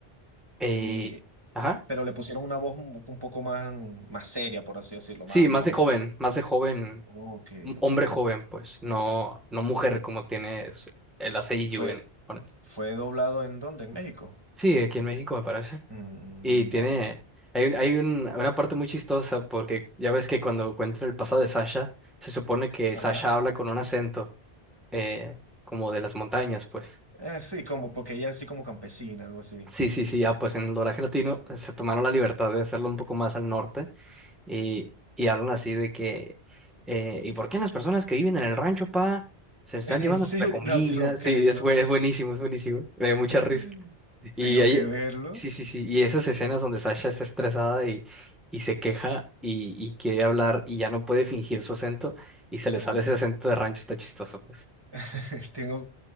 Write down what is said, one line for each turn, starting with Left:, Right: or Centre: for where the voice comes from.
Centre: Eh,
Right: y,
Centre: ajá.
Right: pero le pusieron una voz un, un poco más, más seria, por así decirlo,
Centre: Sí,
Right: más,
Centre: más
Right: más.
Centre: de joven, más de joven,
Right: Ok,
Centre: m-
Right: ok.
Centre: hombre joven, pues, no, no mujer como tiene el ACIU
Right: ¿Y fue,
Centre: en Japón.
Right: fue doblado en dónde? ¿En México?
Centre: Sí, aquí en México me parece.
Right: Mm,
Centre: Y tiene,
Right: ya, ya.
Centre: hay, un- hay un- una parte muy chistosa porque ya ves que cuando cuenta el pasado de Sasha, se supone que
Right: Ajá.
Centre: Sasha habla con un acento eh, como de las montañas, pues.
Right: Eh, sí, como porque ella es así como campesina, algo así.
Centre: Sí, sí, sí, ah, pues en el doblaje latino eh, se tomaron la libertad de hacerlo un poco más al norte Y, y hablan así de que, eh, ¿y por qué las personas que viven en el rancho, pa, se
Right: <laughs>
Centre: están
Right: ¿En
Centre: llevando
Right: serio?
Centre: nuestra comida?
Right: No te lo
Centre: Sí,
Right: creo.
Centre: es, bue- es buenísimo, es buenísimo. Me dio mucha risa.
Right: <laughs>
Centre: Y
Right: Tengo
Centre: ahí,
Right: que verlo.
Centre: sí, sí, sí. Y esas escenas donde Sasha está estresada y, y se queja y, y quiere hablar y ya no puede fingir su acento y se
Right: Ajá.
Centre: le sale ese acento de rancho, está chistoso, pues.
Right: <laughs> Tengo